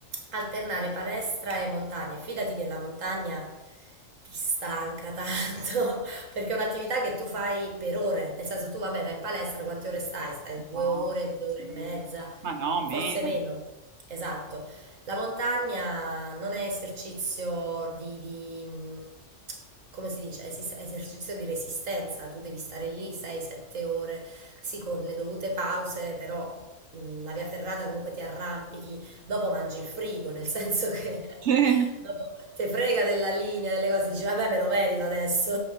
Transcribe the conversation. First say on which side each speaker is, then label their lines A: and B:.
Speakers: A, on the right; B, on the right.
A: alternare palestra e montagna. Fidati che la montagna ti stanca tanto, <laughs> perché è un'attività che tu fai per ore, nel senso tu vabbè vai in palestra, quante ore stai? Stai due
B: No,
A: ore, due
B: sì.
A: ore e mezza,
B: Ma no,
A: forse
B: meno.
A: meno, esatto. La montagna non è esercizio di, di, mh, come si dice, Esis- esercizio di resistenza, tu devi stare lì 6-7 ore, sì, con le dovute pause, però mh, la via ferrata comunque ti arrampichi, dopo mangi il frigo, nel senso che
B: <laughs> Sì.
A: <laughs> dopo te frega della linea, delle cose, dici vabbè me lo merito adesso.